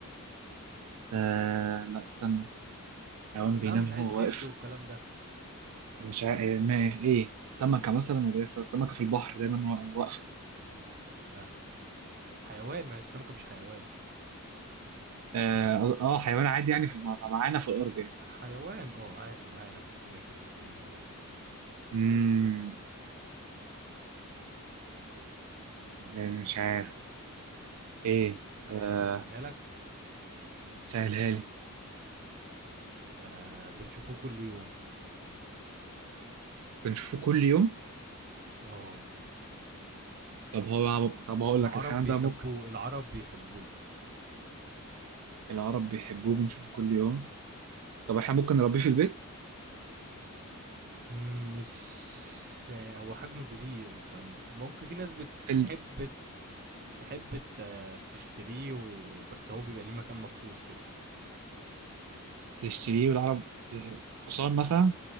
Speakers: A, on the right; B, on the right.
A: آه لا استنى حيوان بينام
B: لا مش عايز
A: وهو
B: غش
A: واقف
B: والكلام ده
A: مش عا... ما ايه السمكه مثلا ولا ايه السمكه في البحر دايما وا- واقفه
B: لا حيوان ما هي السمكه مش حيوان
A: اه آه، حيوان عادي يعني في... معانا في الارض يعني
B: حيوان اه عادي معانا في الدنيا وفي الدنيا و...
A: امم يعني مش عارف ايه
B: سهل
A: آه...
B: سهلها لك
A: سهلها لي
B: آه بنشوفوه كل يوم
A: بنشوفه كل يوم
B: اه
A: طب هو طب هقول
B: العرب
A: لك الحيوان
B: بيحبوه
A: ده ممكن
B: العرب بيحبوه
A: العرب بيحبوه بنشوفه كل يوم طب احنا ممكن نربيه في البيت
B: مم، مش آه، هو حجمه كبير فممكن في ناس بتحب
A: في ال...
B: تحب ت- تشتريه و- بس هو بيبقى ليه مكان مخصوص كده
A: تشتريه والعرب إيه، حصان مثلا